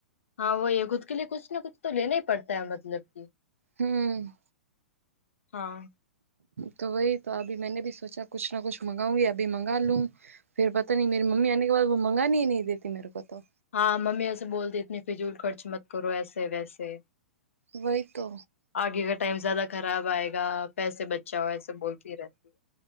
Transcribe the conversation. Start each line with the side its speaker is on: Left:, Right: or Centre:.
Left: હા વહી ખુદ કે લીયે કુછ ના કુછ તો લેના પડતા હૈં મતલબ કે.
Right: હમ
Left: હા
Right: તો વહી તો અભી મેને ભી સોચા કુછ ના કુછ મંગવાઉ યા અભી મંગા લું? ફેર પતા ન મેરી મમી આને કે બાદ મંગગાનીહી દેતી.
Left: હા મમી એસે બોલતી એતની ફિજૂલ ખર્ચ મત કરો એસે વેસે.
Right: વય તો
Left: આગે કા ટાઈમ જ્યાદા ખરાબ આયગ પૈસે બચા હો એસ બોલતી રહેતી.